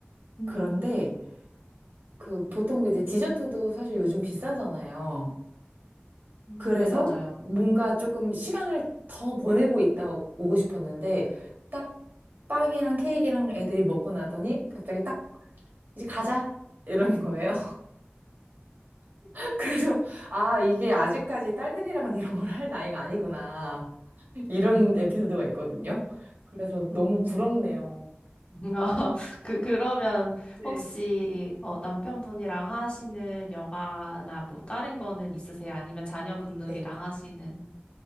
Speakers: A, on the left; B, on the right.
A: 음,
B: 그런데 그 보통 이제 디저트도 사실 요즘 비싸잖아요.
A: 음,
B: 그래서
A: 네, 맞아요.
B: 뭔가 조금 시간을 더 보내고 있다 오- 오고 싶었는데 딱 빵이랑 케이크랑 애들이 먹고 나더니 갑자기 딱 이제 가자 이러는 거예요. <laughs> 그래서 아 이게 아직까지 딸들이랑은 이런 걸 할 나이가 아니구나 이런
A: 음,
B: 에피소드가 있거든요. 그래서
A: 음.
B: 너무 부럽네요.
A: <laughs> 어, 그, 그러면
B: 네.
A: 혹시 어, 남편분이랑 하시는 여가나 뭐 다른 거는 있으세요? 아니면 자녀분들이랑
B: 네.
A: 하시는?